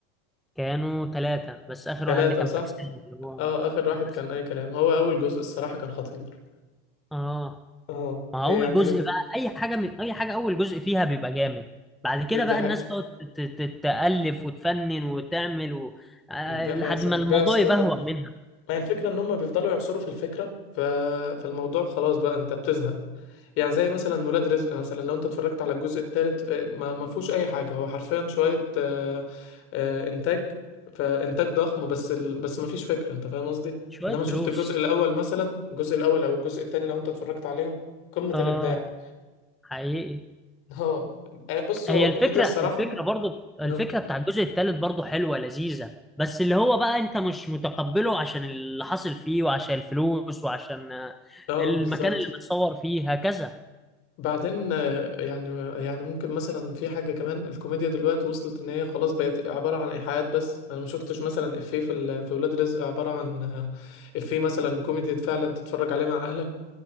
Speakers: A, in the centre; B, on the left.
A: كانوا ثلاثة بس آخر
B: ثلاثه
A: واحد ده كان
B: صح
A: فاكسان اللي هو
B: اه اخر واحد
A: بس
B: كان اي كلام هو اول جزء الصراحة كان خطير
A: اه
B: اه
A: ما هو
B: يعني
A: أول جزء بقى أي حاجة من أي حاجة أول جزء فيها بيبقى جامد بعد كده
B: دي
A: بقى
B: حقيقة
A: الناس تقعد ت- ت- تألف وتفنن وتعمل و... آه
B: دي حقيقة
A: لحد
B: صراحة
A: ما الموضوع
B: بيعصروا
A: يبهوأ
B: في ال...
A: منها
B: ما هي الفكرة ان هم بيفضلوا يعصروا في الفكرة ف... فالموضوع خلاص بقى انت بتزهق يعني زي مثلا ولاد رزق مثلا لو انت اتفرجت على الجزء الثالث ما ما فيهوش اي حاجة هو حرفيا شوية آه، آه، انتاج فانتاج ضخم بس ال... بس ما فيش فكرة انت فاهم قصدي
A: شوية
B: انما
A: فلوس
B: شفت الجزء الاول مثلا الجزء الاول او الجزء الثاني لو انت اتفرجت عليهم قمة
A: اه
B: الابداع
A: حقيقي
B: اه بص هو
A: هي
B: الكوميديا
A: الفكرة
B: الصراحة
A: الفكرة برضو الفكرة
B: اه
A: بتاع الجزء الثالث برضو حلوة لذيذة بس اللي هو بقى انت مش متقبله عشان اللي حصل فيه وعشان الفلوس وعشان آه،
B: اه
A: المكان
B: بالظبط
A: اللي متصور فيه هكذا
B: بعدين آه، يعني يعني ممكن مثلا في حاجة كمان الكوميديا دلوقتي وصلت ان هي خلاص بقت عبارة عن ايحاءات بس انا ما شفتش مثلا افيه في ال- في ولاد رزق عبارة عن آه، افيه مثلا كوميدي فعلا تتفرج عليه مع اهلك